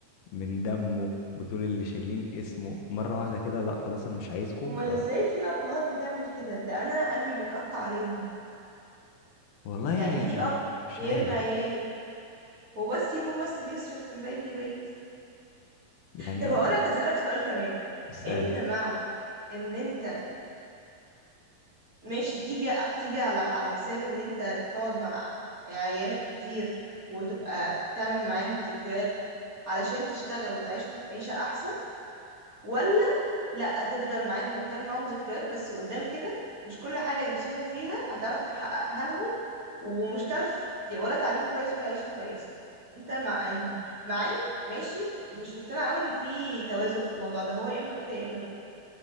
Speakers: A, on the left; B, on the right.
A: من دمه ودول اللي شايلين اسمه مره واحده كده لا خلاص انا مش عايزكم
B: امال
A: ف
B: ازاي في ابهات بتعمل كده ده انا قلبي بيتقطع عليهم
A: والله
B: يعني
A: يعني
B: في اب
A: مش
B: بيرمي
A: عارف
B: عياله وبس يكون بس بيصرف من بيت لبيت
A: يعني
B: طب هقولك اسالك سؤال كمان
A: اسألي
B: انت مع ان انت ماشي تيجي تيجي على على حساب ان انت تقعد مع عيالك كتير وتبقى تعمل معاهم ذكريات علشان تشتغل وتعيشهم عيشة احسن ولا لا تفضل معاهم وتعمل معاهم ذكريات بس قدام كده مش كل حاجة نفسهم فيها هتعرف تحققها لهم ومش تعرف ت- ولا تعليم كويس ولا عيشة كويسة انت مع انهي مع ان ماشي مش مقتنعة قوي ان في توازن في الموضوع ده هو يا اما كده يا اما كده